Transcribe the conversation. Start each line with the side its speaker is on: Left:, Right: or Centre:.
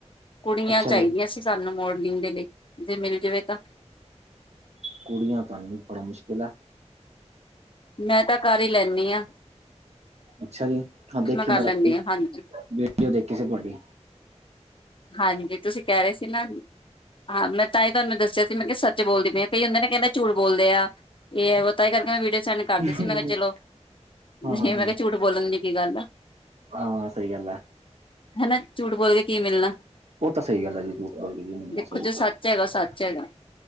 Left: ਕੁੜੀਆਂ
Right: ਅੱਛਾ
Left: ਚਾਹੀਦੀਆਂ
Right: ਜੀ
Left: ਸੀ। ਸਾਨੂੰ ਮੋਡਲਿੰਗ ਦੇ ਲਈ ਜੇ ਮਿਲ ਜਾਵੇ ਤਾਂ।
Right: ਕੁੜੀਆਂ ਤਾਂ ਨੀ, ਬੜਾ ਮੁਸ਼ਕਿਲ ਆ।
Left: ਮੈਂ ਤਾਂ ਕਰ ਹੀ ਲੈਨੀ ਆਂ।
Right: ਅੱਛਾ ਜੀ, ਹਾਂ ਦੇਖੀ
Left: ਕਰ
Right: ਮੈਂ
Left: ਲੈਂਦੀ
Right: ਰਾਤੀ
Left: ਹਾਂ ਹਾਂਜੀ
Right: ਵੀਡੀਓ ਦੇਖੀ ਸੀ ਤੁਹਾਡੀ।
Left: ਹਾਂਜੀ, ਤੁਸੀਂ ਕਹਿ ਰਹੇ ਸੀ ਨਾ। ਹਾਂ ਮੈਂ ਤਾਂਹੀ ਤੁਹਾਨੂੰ ਦੱਸਿਆ ਸੀ ਮੈਂ ਕਿਹਾ ਸੱਚ ਬੋਲਦੀ ਪਈ ਆ ਕਈ ਹੁੰਦੇ ਨੇ ਕਹਿੰਦੇ ਝੂਠ ਬੋਲਦੇ ਆ। ਇਹ ਔਹ ਤਾਂ ਕਰਕੇ ਮੈਂ ਵੀਡੀਓ ਸੈਂਡ ਕਰਦੀ ਸੀ
Right: ਹਾਂ
Left: ਮੈਂ ਕਿਹਾ ਚਲੋ। ਨਹੀਂ
Right: ਹਾਂ
Left: ਮੈਂ
Right: ਹਾਂ
Left: ਕਿਹਾ, ਝੂਠ ਬੋਲਣ ਦੀ ਕੀ ਗੱਲ ਆ।
Right: ਹਾਂ, ਸਹੀ ਗੱਲ ਆ।
Left: ਹਨਾ, ਝੂਠ ਬੋਲ ਕੇ ਕੀ ਮਿਲਣਾ
Right: ਉਹ ਤਾਂ ਸਹੀ ਗੱਲ ਹੈ ਜੀ ਝੂਠ ਬੋਲ ਕੇ ਮੰਨਣਾ
Left: ਦੇਖੋ
Right: ਸਹੀ
Left: ਜੇ ਸੱਚ ਸੱੱਚ ਹੈਗਾ, ਸੱਚ ਹੈਗਾ।